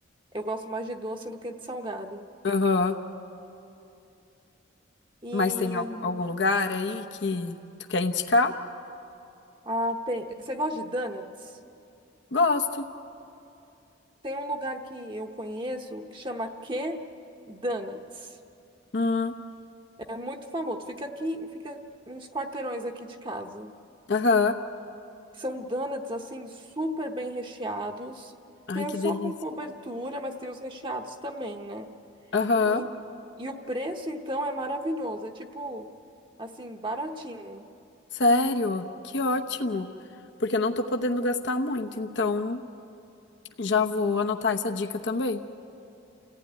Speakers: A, on the right; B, on the left.
A: Eu gosto mais de doce do que de salgado.
B: Aham.
A: E
B: Mas tem al- algum lugar aí que tu quer indicar?
A: ah, tem... você gosta de donuts?
B: Gosto.
A: Tem um lugar que eu conheço que chama Q Donuts.
B: Hum.
A: É muito famoso. Fica aqui, fica uns quarteirões aqui de casa.
B: Aham.
A: São donuts assim super bem recheados.
B: Ai,
A: Tem
B: que
A: os só
B: delícia.
A: com cobertura, mas tem os recheados também, né?
B: Aham.
A: E, e o preço então é maravilhoso, é tipo assim, baratinho.
B: Sério? Que ótimo! Porque eu não tô podendo gastar muito, então já vou anotar essa dica também.